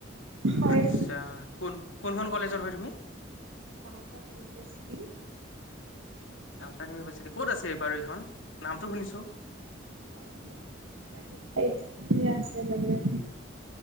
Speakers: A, on the right; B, on the left.
A: হয়
B: আচ্ছা কোন? কোনখন কলেজৰ হয় তুমি
A: ন্ত <unintelligible> উপস্থিতি
B: ডাউনটাউন ইউনিভাৰ্চিটি ক'ত আছে বাৰু এইখন নামটো শুনিছো
A: অ পান খাইতি ইতিনি আছে মাজে <unintelligible>